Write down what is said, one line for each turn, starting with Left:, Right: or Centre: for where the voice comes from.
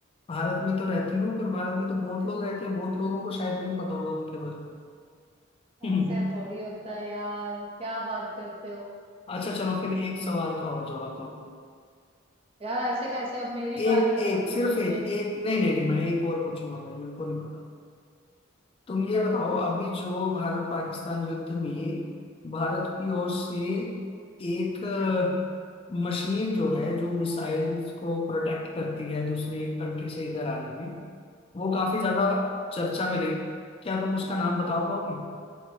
Left: भारत में तो रहती हो पर भारत में तो बहुत लोग रहते हैं बहुत लोगों को शायद नहीं पता होगा उनके बारे में <laughs> हम्म,
Right: ऐसे थोड़ी होता है यार क्या बात करते हो
Left: अच्छा चलो फिर एक सवाल का और जवाब दो
Right: यार ऐसे कैसे अब मेरी
Left: एक
Right: बारी है
Left: एक
Right: आपसे
Left: सिर्फ
Right: पूछने
Left: एक
Right: की
Left: एक नहीं नहीं नहीं मैं एक और पूछूंगा भाई मेरे को नहीं पता तुम ये
Right: चलो
Left: बताओ
Right: पूछो
Left: अभी जो भारत पाकिस्तान युद्ध में भारत की ओर से एक अ, मशीन जो है जो मिसाइल्स को प्रोटेक्ट करती है दूसरी कंट्री से इधर आने में वो काफी ज्यादा चर्चा में रही क्या तुम उसका नाम बताओ पाओगे